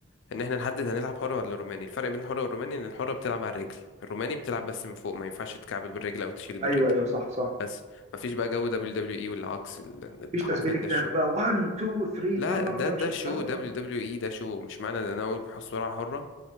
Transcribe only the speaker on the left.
ان احنا نحدد هنلعب حرة ولا روماني الفرق بين الحرة والروماني ان الحرة بتلعب على الرجل الروماني بتلعب بس من فوق ما ينفعش تكعبل بالرجل او تشيل بالرجل
بس مفيش بقى جو دبليو دبليو اي والعكس ال-
ده حرفيا
ده
الشغل
لا
ده
ده
شو
دبليو
دبليو اي ده شو مش معنى ان انا اقول بحصة حرة